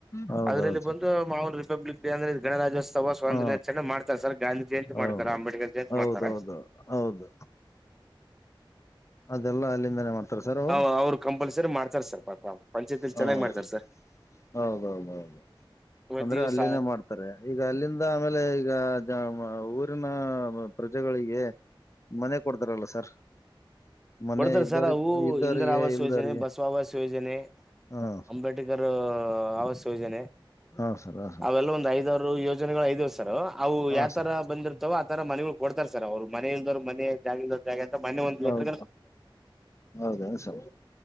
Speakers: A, on the left (about 35°); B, in the centre.
A: ಹೌದೌದು
B: ಅದರಲ್ಲಿ
A: ಸರ್
B: ಬಂದು <unintelligible> ಅಂದ್ರೆ ಗಣರಾಜೋತ್ಸವ ಸ್ವ
A: ಹಾ
B: ನರ್ಚೆ ಮಾಡ್ತಾರೆ ಸರ್ ಗಾಧಿ ಜಯಂತಿ ಮಾಡ್ತಾರೆ
A: ಹೌದು
B: ಅಂಬೇಡ್ಕರ್ ಜಯಂತಿ
A: ಹೌದೌದು
B: ಮಾಡ್ತಾರೆ
A: ಹೌದು ಅದೆಲ್ಲಾ ಅಲ್ಲಿಂದನೇ ಮಾಡ್ತಾರೆ ಸರ್ ಅವು
B: ಹ ಅವ್ರು ಕಂಪಲ್ಸರಿ ಮಾಡ್ತಾರೆ <inaudible>
A: ಹಾ
B: ಚೆನ್ನಾಗಿ
A: ಹೌದೌದ
B: ಮಾಡ್ತಾರೆ ಸರ್
A: ಹೌದು <unintelligible>
B: ಇವತ್ತು
A: ಅಂದ್ರೆ
B: ದಿವಸ
A: ಅಲ್ಲಿನೇ ಮಾಡ್ತಾರೆ ಈಗ ಅಲ್ಲಿಂದ ಆಮೇಲೆ ಈಗ ಊರಿನ ಪ್ರಜೆಗಳಿಗೆ ಮನೆ ಕೊಡ್ತಾರಲ್ಲ ಸರ್ ಮನೆ
B: ಕೊಡ್ತಾರ
A: ಇದ್ದವ್ರಿಗೆ
B: ಸರ್ ಅವು
A: ಇದ್ದವರಿಗೆ
B: ಇಂದ್ರ ಆವಾಸ
A: ಇಲ್ದವ್ರಿಗೆ
B: ಯೋಜನೆ ಬಸವ ಹವಾಸ ಯೋಜನೆ
A: ಹಾ ಸರ್
B: ಅಂಬೇಡ್ಕರ್ ಅವ್ಯ ಯೋಜನೆ
A: ಹಾ ಸರ್ ಹಾ ಸರ್
B: ಅವೆಲ್ಲ ಒಂದ್ ಐದ್ವರು ಯೋಜನೆಗಳು ಐದ್ವ ಸರ್ ಅವು
A: ಹಾ
B: ಯಾವ
A: ಸರ್
B: ತರ ಬಂದಿರ್ತಾವ ಆತರ ಮನೆ ಕೊಡ್ತಾರೆ ಸರ್ ಅವ್ರು ಮನೆ ಇಲ್ದವ್ ಮನೆ ಜಾಗ ಇಲ್ಲದೆ ಆಗಂತ ಮೊನ್ನೆ ಒಂದು
A: ಹೌದು
B: ಲೆಟರ್
A: ಹೌದಾ ಸರ್